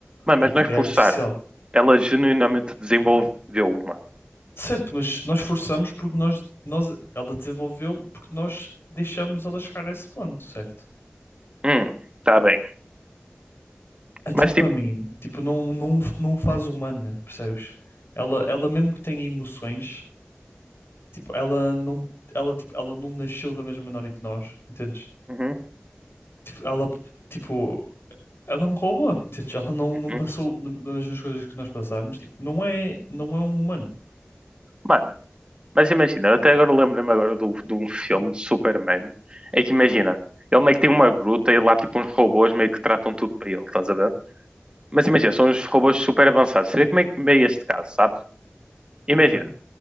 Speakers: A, on the right; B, on the left.
A: mano,
B: Tipo,
A: mas não é forçar,
B: é artificial.
A: ela genuinamente desenvolveu uma.
B: Certo, mas nós forçamos porque nós, nós, ela desenvolveu porque nós deixamos ela chegar a esse ponto, certo?
A: Hum, tá bem.
B: Então,
A: Mas
B: para
A: tipo,
B: mim, tipo, não, não, não o faz humana, percebes? Ela, ela mesmo que tenha emoções, tipo, ela não, ela, tipo, ela não nasceu da mesma maneira que nós, entendes?
A: uhum,
B: Tipo, ela, tipo, ela é um robô, entendes? Ela não,
A: uhum.
B: não passou das mesmas coisas que nós passámos, tipo, não é, não é um humano.
A: mano, mas imagina, eu até agora lembro-me agora do- de um filme de Superman. É que imagina, ele meio que tem uma gruta e lá tipo uns robôs meio que tratam tudo para ele, estás a ver? Mas imagina, são uns robôs super avançados. Seria como é que meio este caso, sabes? Imagina,
B: Ok.